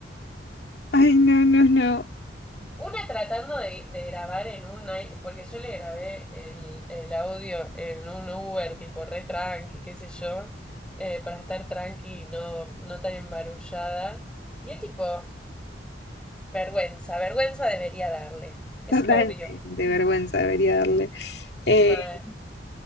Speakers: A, on the left; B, in the centre.
A: ay, no, no, no,
B: Una tratando de, de grabar en un... i- porque yo le grabé el, el audio en un Uber, tipo, re tranqui, qué sé yo, eh, para estar tranqui y no, no tan embarullada. Y el tipo, vergüenza, vergüenza debería darle, es
A: total,
B: obvio.
A: de vergüenza debería darle. Eh,
B: Mal.